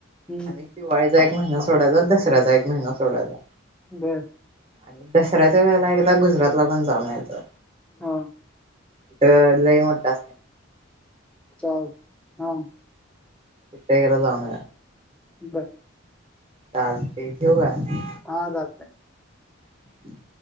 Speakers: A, in the centre; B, on the right.
A: हम्म
B: आणि दिवाळीचा एक महिना सोडायचा, दसऱ्याचा एक. महिना सोडायचा.
A: बर
B: आणि दसऱ्याच्या वेळेला एकदा गुजरातला पण जाऊन यायचं
A: हा
B: तिथं लय मोठा
A: <unintelligible> हा.
B: एकदा जाऊन
A: बर.
B: चालते ठेवू काय?
A: हा जात
B: हम्